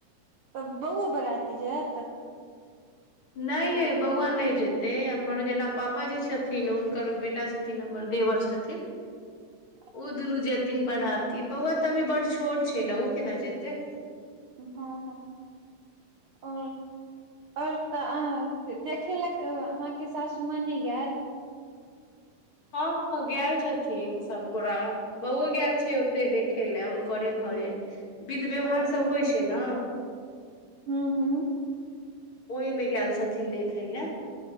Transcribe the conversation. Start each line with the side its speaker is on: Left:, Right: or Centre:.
Right: तऽ बौओ बराती जायत
Left: नहि ये बौआ नहि जेते हमर जेना पापाजी छथिन हुनकर ओ बि टा छथिन हमर देवर छथिन
Right: <inaudible>
Left: ओ दुनू जेथिन बराती बौआ तऽ अभी बड़ छोट छै ने ओ केना जेतै
Right: हँ हँ ओ और तऽ अहाँ देखेलक अहाँके सासु माँ ने गेल
Left: हँ गेल छथिन सबगोरा बौओ गेल छै ओते देखै लए हुनकरे घरे विध व्यवहार
Right: ओ
Left: सब होइ छै न
Right: हूँ हूँ
Left: ओहिमे गेल छथिन देखै लै